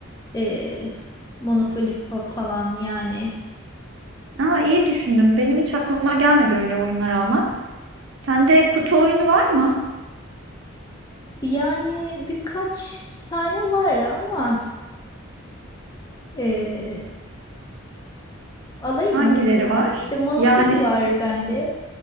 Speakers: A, on the left; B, on the right.
A: Ee, Monopoly fa- falan yani.
B: Aa, iyi düşündüm. Benim hiç aklıma gelmedi öyle oyunlar almak. Sende kutu oyunu var mı?
A: Yani birkaç tane var ama... e, Alayım
B: Hangileri
A: mı?
B: var?
A: İşte Monopoly
B: Yani
A: var bende.